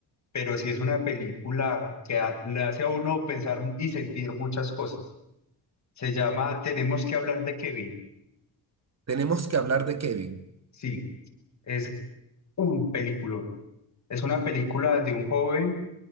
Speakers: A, on the left; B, on the right.
A: pero sí es una película que a- le hace a uno pensar y sentir muchas cosas. Se llama Tenemos que hablar de Kevin.
B: tenemos que hablar de Kevin,
A: Sí, es un peliculón. Es una película de un joven